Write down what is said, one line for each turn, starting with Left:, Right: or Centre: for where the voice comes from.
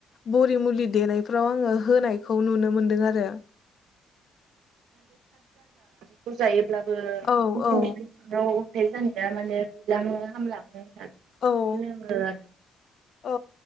Left: बरि मुलि देनायफ्राव आङो होनायखौ नुनो मोन्दों आरो
Right: <unintelligible> अब्लाबो <inaudible>
Left: औ
Right: हाथाय
Left: औ
Right: जानाया माने रुलाङो हामलाङो जोंङो
Left: औ औ